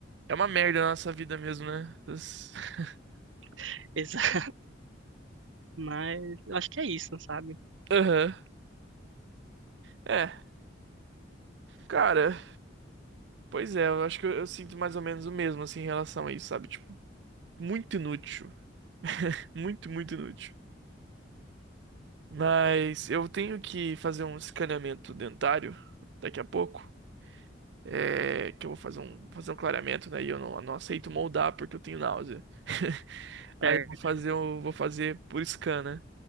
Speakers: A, on the right (about 65°); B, on the right (about 80°).
A: É uma merda a nossa vida mesmo, né? As- <laughs>
B: <laughs> Exato. Mas eu acho que é isso, sabe?
A: Aham. É, cara. Pois é, eu acho que eu, eu sinto mais ou menos o mesmo, assim, em relação a isso, sabe? Tipo, muito inútil. Muito, muito inútil. Mas eu tenho que fazer um escaneamento dentário daqui a pouco. É, que eu vou fazer um, fazer um clareamento, né? E eu não, não aceito moldar porque eu tenho náusea. <laughs> Aí
B: Certo.
A: eu vou fazer, eu vou fazer por scan, né?